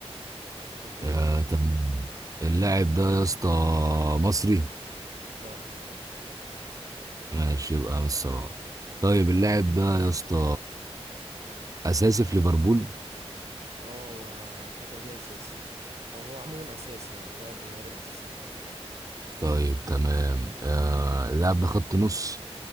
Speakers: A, on the right; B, on the right.
A: دي حقيقة
B: آه تمام اللاعب ده يا اسطى مصري
A: لا
B: ماشي يبقى من الصراحه طيب اللاعب ده يا اسطى اساسي في ليفربول
A: اه هو الفترة دي اساسي او هو عموما اساسي يعني لاعب من اللعيبة الاساسية
B: طيب تمام آه اللاعب ده خط نص